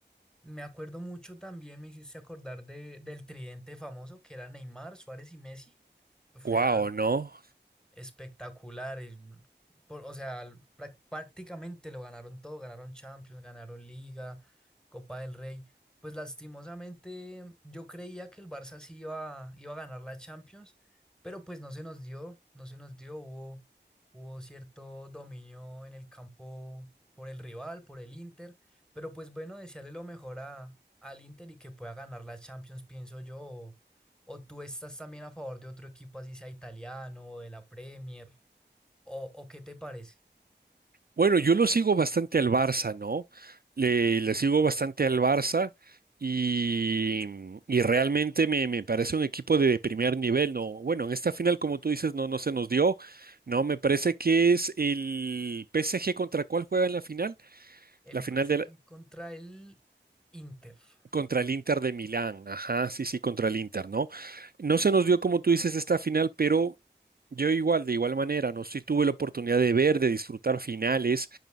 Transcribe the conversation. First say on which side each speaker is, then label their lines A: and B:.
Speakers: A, in the centre; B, on the right.
A: Me acuerdo mucho también, me hiciste acordar de, del tridente famoso que era Neymar, Suárez y Messi. Fuera,
B: Wow, ¿no?
A: espectacular. y por- o sea, l- prá- prácticamente lo ganaron todo, ganaron Champions, ganaron Liga, Copa del Rey. Pues lastimosamente mm, yo creía que el Barça sí iba, iba a ganar la Champions, pero pues no se nos dio, no se nos dio, hubo, hubo cierto dominio en el campo por el rival, por el Inter, pero pues bueno, desearle lo mejor a, al Inter y que pueda ganar la Champions, pienso yo, ¿O tú estás también a favor de otro equipo, así sea italiano o de la Premier? ¿O, o qué te parece?
B: Bueno, yo lo sigo bastante al Barça, ¿no? Le, le sigo bastante al Barça y, y realmente me, me parece un equipo de primer nivel, ¿no? Bueno, en esta final, como tú dices, no, no se nos dio, ¿no? Me parece que es el PSG contra cuál juega en la final,
A: El
B: la final
A: PSG
B: del
A: contra el Inter.
B: Contra
A: de-
B: el Inter de Milán, ajá, sí, sí, contra el Inter, ¿no? No se nos dio, como tú dices, esta final, pero yo igual, de igual manera, ¿no? Sí tuve la oportunidad de ver, de disfrutar finales,